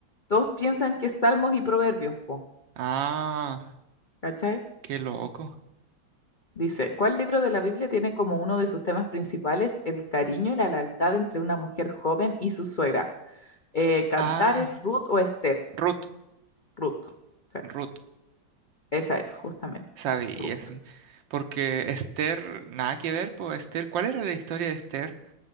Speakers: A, on the left; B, on the right.
A: todos piensan que es Salmos y Proverbios, po,
B: Ah,
A: ¿cachai?
B: qué loco.
A: Dice, ¿cuál libro de la Biblia tiene como uno de sus temas principales el cariño y la lealtad entre una mujer joven y su suegra? Eh, ¿Cantares,
B: Ah,
A: Ruth o Esther?
B: Ruth,
A: Ruth, sí,
B: Ruth.
A: esa es, justamente,
B: Sabía,
A: Ruth.
B: sí. Porque Esther, nada que ver, pues Esther, ¿cuál era la historia de Esther?